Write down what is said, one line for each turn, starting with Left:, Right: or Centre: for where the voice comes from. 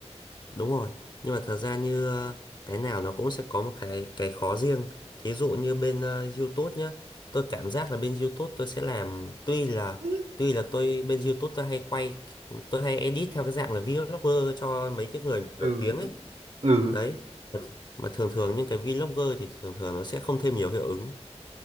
Left: đúng rồi nhưng mà thật ra như ờ, cái nào nó cũng sẽ có một cái cái khó riêng thí dụ như bên ờ, YouTube nhá tôi cảm giác là bên YouTube tôi sẽ làm tuy là
Right: Ừ
Left: tuy là tôi bên YouTube tôi hay quay tôi hay edit theo cái dạng là vlogger cho mấy cái người nổi
Right: ừ
Left: tiếng ấy
Right: ừ.
Left: đấy mà thường thường những cái vlogger thì thường thường nó sẽ không thêm nhiều hiệu ứng